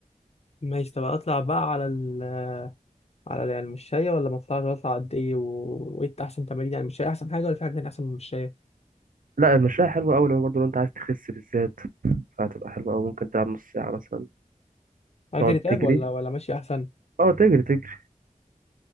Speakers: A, on the left (about 50°); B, on the right (about 90°).
A: ماشي طب اطلع بقى على ال... على يعني المشاية ولا ما اطلعش اطلع قد ايه و... وايه احسن تمارين يعني المشاية احسن حاجة ولا في حاجة تانية احسن من المشاية
B: لا المشاية حلوة أوي لو برضه لو أنت عايز تخس بالذات فهتبقى حلوة أوي ممكن تلعب نص ساعة مثلا
A: اجري
B: تقعد
A: طيب
B: تجري
A: ولا ولا ماشي احسن
B: اه تجري تجري